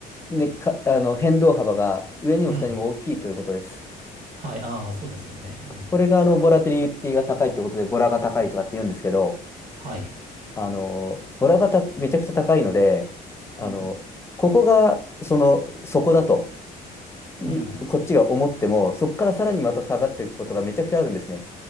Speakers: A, on the left; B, on the right.
A: ね、か、あの、変動幅が上にも下にも大きいということです。
B: うん。はい。ああ、そうですよね。うん。
A: これが、あの、ボラティリティが高いってことで、ボラが高いとかって言うんですけど、
B: はい。
A: あの、ボラがためちゃくちゃ高いので、あの、
B: うん。
A: ここが、その、そこだという、
B: うん。
A: こっちが思っても、そこからさらにまた下がっていくことがめちゃくちゃあるんですね。